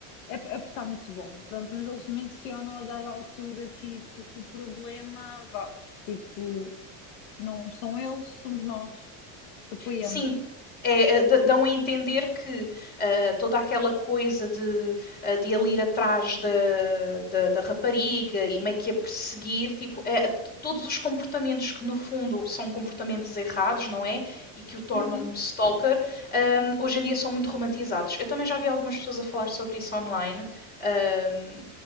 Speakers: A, on the left; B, on the left.
A: é, pa- é porque está muito bom, pronto, mas eles mencionam a dada altura, tipo, que o problema, vá, tipo, não são eles, somos nós, apoiamos.
B: Sim, é, é, d- dão a entender que ah, toda aquela coisa de, ah, de ele ir atrás da, da, da rapariga e meio que a perseguir, tipo, é, t- todos os comportamentos que no fundo são comportamentos errados, não é? E que o tornam
A: Sim, sim,
B: um stalker, ah, hoje em dia são muito romantizados. Eu também já vi algumas pessoas a falar sobre isso online. ah,